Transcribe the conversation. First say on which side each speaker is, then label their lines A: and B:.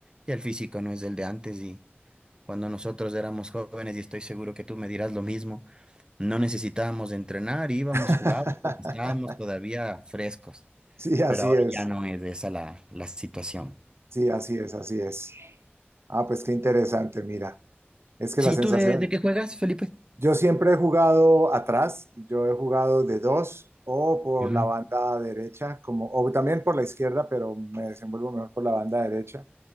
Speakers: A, on the right; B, on the right.
A: ya el físico no es el de antes y cuando nosotros éramos jóvenes, y estoy seguro que tú me dirás lo mismo, no necesitábamos entrenar, íbamos,
B: <laughs>
A: jugábamos, y estábamos todavía frescos,
B: Sí, así
A: pero ahora
B: es,
A: ya no es esa la, la situación.
B: sí, así es, así es. Ah, pues qué interesante, mira. Es que
A: Sí,
B: la sensación,
A: ¿tú de, de qué juegas, Felipe?
B: yo siempre he jugado atrás, yo he jugado de dos o por
A: Ujú,
B: la banda derecha, como, o también por la izquierda, pero me desenvuelvo mejor por la banda derecha,